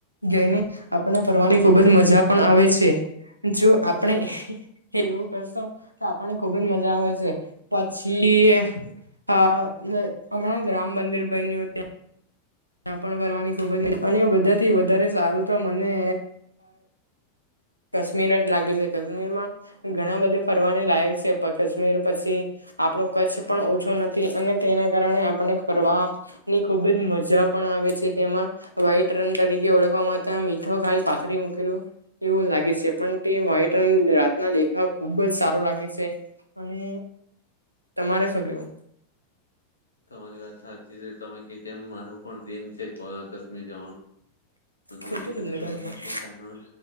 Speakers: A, on the right; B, on the left.
A: જઈને આપણેને ફરવાની ખુબ જ મજા પણ આવે છે, જો આપણે એવું કરશો કે આપણને ખુબજ મજા આવે છે, પછી હા હમણાં જ રામ મંદિર બન્યું ત્યાં ત્યાં પણ ફરવાની ખૂબ જ અને બધાથી વધારે સારું તો મને કશ્મીર લાગી છે કશ્મીરમાં ઘણા બધે ફરવાની લાયક છે, કાશ્મીર પછી આપણો કચ્છ પણ ઓછો નથી અને તેના કારણે આપને ફરવાની ખુબ જ મજા પણ આવે છે તેમાં વ્હાઈટ રન તરીકે ઓળખવાવામાં મીઠું ખાલી પાથરી મૂકેલું. એવું લાગે છે, પણ તે વાઈટ રાતના દેખા ખુબ જ સારો લાગે છે, અને તમારે શું કેવુ?
B: તમારી વાત સાચી છે, તમે કે તેમ મારું પણ ડ્રીમ છે કાશ્મીર જવાનું. જેથી
A: ખોટું
B: કરીને
A: નિમલે તારું
B: હું
A: પણ
B: પણનો